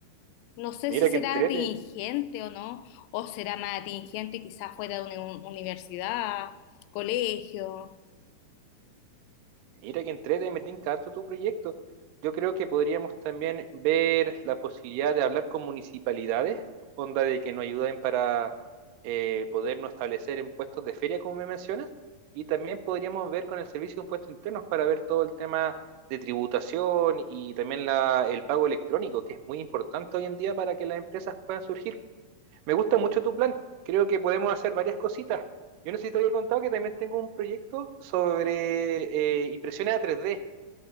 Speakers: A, on the left; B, on the right.
A: No sé
B: Mira
A: si será
B: que entrete.
A: atingente o no, o será más atingente quizás fuera de una un- universidad, colegio.
B: Mira que entrete, me tinca harto tu proyecto. Yo creo que podríamos también ver la posibilidad de hablar con municipalidades, onda de que nos ayuden para eh, podernos establecer en puestos de feria, como me mencionas, y también podríamos ver con el servicio de impuestos internos para ver todo el tema de tributación y también la- el pago electrónico, que es muy importante hoy en día para que las empresas puedan surgir. Me gusta mucho tu plan. Creo que podemos hacer varias cositas. Yo no sé si te había contado que también tengo un proyecto sobre eh, impresiones a 3D.